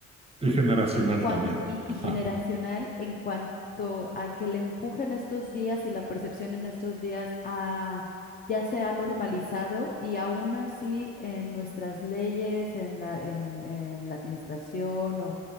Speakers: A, on the right; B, on the left.
A: y generacional
B: en cuan-
A: también.
B: y, y
A: Ajá,
B: generacional en cuanto a que el empuje en estos días y la percepción en estos días ha- ya se ha normalizado y aún así en nuestras leyes, en la, en, en la administración o,